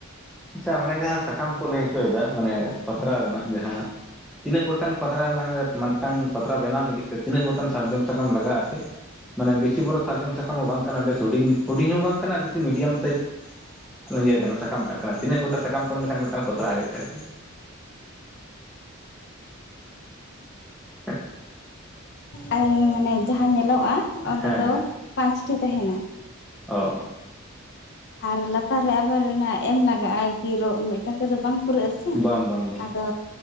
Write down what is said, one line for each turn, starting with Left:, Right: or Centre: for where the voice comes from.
Centre: ᱟᱪᱪᱷᱟ ᱚᱱᱮ ᱡᱟᱦᱟᱸ ᱥᱟᱠᱟᱢ ᱠᱚ ᱞᱟᱹᱭ ᱦᱚᱪᱚᱭᱮᱫᱟ ᱢᱟᱱᱮ ᱯᱟᱛᱲᱟ ᱨᱮᱱᱟᱜ ᱡᱟᱦᱟᱸ ᱛᱤᱱᱟᱹᱜ ᱜᱚᱴᱟᱝ ᱯᱟᱛᱟᱪᱮ ᱢᱤᱫᱴᱟᱝ ᱯᱟᱛᱲᱟ ᱵᱮᱱᱟᱣ ᱞᱟᱹᱜᱤᱫ ᱛᱮ ᱛᱤᱱᱟᱹᱜ ᱜᱚᱴᱟᱝ ᱥᱟᱨᱡᱚᱢ ᱥᱟᱠᱟᱢ ᱞᱟᱜᱟᱜᱼᱟ ᱟᱨᱠᱮ? ᱢᱟᱱᱮ ᱵᱤᱥᱤ ᱵᱚᱨᱚ ᱥᱟᱨᱡᱚᱢ ᱥᱟᱠᱟᱢ ᱦᱚᱸ ᱵᱟᱝ ᱠᱟᱱᱟ ᱵᱮᱥ ᱦᱩᱰᱤᱧ ᱦᱩᱰᱤᱧ ᱦᱚᱸ ᱵᱟᱝ ᱠᱟᱱᱟ ᱵᱮᱥᱤ ᱢᱤᱰᱤᱭᱟᱢ ᱥᱟᱭᱤᱡ ᱤᱭᱟᱹ ᱠᱟᱱᱟ ᱥᱟᱠᱟᱢ ᱴᱟᱜ ᱠᱟᱱᱟ ᱛᱤᱱᱟᱹᱜ ᱜᱚᱴᱟᱝ ᱥᱟᱠᱟᱢ ᱠᱚ ᱮᱢ ᱞᱮᱠᱷᱟᱱ ᱢᱤᱫᱴᱟᱝ ᱯᱟᱛᱲᱟ ᱦᱩᱭᱩᱜ ᱛᱟᱭ? <inaudible>
Left: ᱟᱨ ᱢᱟᱱᱮ ᱡᱟᱦᱟᱸ ᱧᱮᱞᱚᱜᱼᱟ ᱚᱸᱰᱮ
Centre: ᱦᱮᱸ ᱦᱮᱸ
Left: ᱫᱚ ᱯᱟᱸᱪᱴᱤ ᱛᱟᱦᱮᱱᱟ ᱾
Centre: ᱚ
Left: ᱟᱨ ᱞᱟᱛᱟᱨ ᱨᱮ ᱟᱵᱟᱨ ᱚᱱᱟ ᱮᱢ ᱞᱟᱜᱟᱜᱼᱟ ᱟᱨ ᱠᱤ ᱨᱚᱜ ᱢᱤᱫᱴᱟᱝ ᱛᱮᱫᱚ ᱵᱟᱝ ᱯᱩᱨᱟᱹᱜ ᱟᱥᱮ
Centre: ᱚ ᱵᱟᱝ ᱵᱟᱝ ᱵᱟᱝ
Left: ᱟᱫᱚ